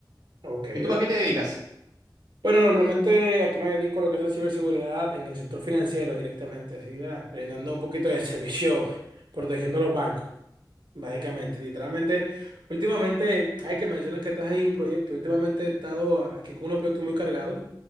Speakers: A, on the right; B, on the right.
A: ok.
B: ¿Y tú
A: ok.
B: a qué te dedicas?
A: Bueno, normalmente aquí me dedico a lo que es la ciberseguridad en el sector financiero directamente, así, ¿verdad? Brindando un poquito de <laughs> servicio, protegiendo los bancos, básicamente. Literalmente, últimamente, hay que mencionar que estás ahí un proyecto. Últimamente he estado aquí con unos proyectos muy cargados.